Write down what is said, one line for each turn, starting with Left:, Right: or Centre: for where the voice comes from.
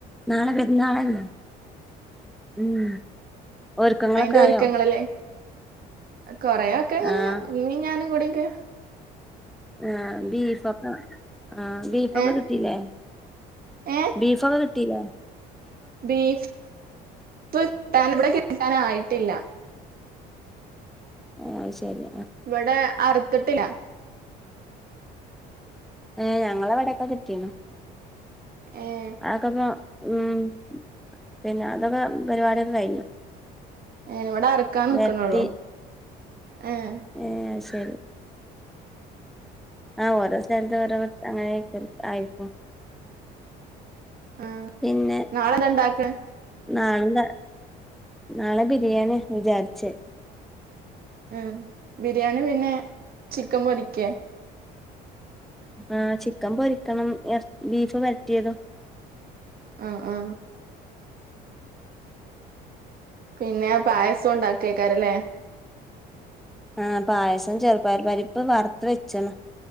Centre: നാളെ പെര്ന്നാളെല്ലേ ഉം ഒരുക്കങ്ങളൊക്കെ
Right: ഐന്റെ ഒര്ക്കങ്ങള്ലേ
Centre: ആയോ
Right: കൊറേ ഒക്കെ ഇങ്ങനെ
Centre: ആഹ്
Right: ഇമ്മിംഞാനും കൂടി എക്കെ
Centre: ആഹ് ബീഫൊക്കെ ആന് ബീഫൊക്കെ
Right: ഏഹ്
Centre: കിട്ടീലേ
Right: ഏഹ്
Centre: ബീഫ്ഒക്കെ കിട്ടീലെ
Right: ബീഫ് ഫ് കിട്ടാൻ ഇവെടെ കിട്ടാനായിട്ടില്ല
Centre: ആഹ് ശെരി
Right: ഇവെടെ അറ്ത്തിട്ടില്ല
Centre: ഏഹ് ഞങ്ങളെ ഇവെടെക്കെ കിട്ടീന്നു
Right: ഏഹ്
Centre: അതൊക്കെ ഇപ്പം ഉം പിന്നെ അതൊക്കെ പരിവാടിയൊക്കെ കയിഞ്ഞു
Right: ഏഹ് ഇവടെ അറക്കാൻ നിക്ക്ണൊള്ളു
Centre: വരട്ടി
Right: ഏഹ്
Centre: ഏഹ് ശെരി ആഹ് ഓരോ സ്ഥൽത്ത് ഓരോ പോൽത്തെ അങ്ങനെ ഐക്കരം ആയിരിക്കും
Right: ആഹ്
Centre: പിന്നെ
Right: നാളെന്താ ഇണ്ടാക്കണെ
Centre: നാള്ന്താ നാളെ ബിരിയാണിയാ വിചാരിച്ച്
Right: ഉം ബിരിയാണി പിന്നെ ചിക്കം പൊരിക്കേ
Centre: ആഹ് ചിക്കംപൊരിക്കണം എർ ബീഫ് വെരട്ടിയതും
Right: ആഹ് ആഹ് പിന്നെ പായസോം ഇണ്ടാക്കൈക്കാരല്ലേ
Centre: ആഹ് പായസം ചെറുപയർ പരിപ്പ് വറ്ത്ത് വെച്ച്ണ്